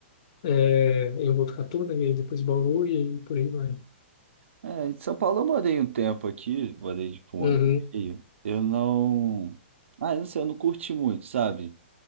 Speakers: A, on the left (about 30°); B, on the right (about 85°).
A: é, em Botucatu, né, e aí depois Bauru, e aí por aí vai.
B: É, em São Paulo eu morei um tempo aqui, morei tipo um
A: Uhum.
B: ano e meio. Eu não. Ah, eu não sei, eu não curti muito, sabe?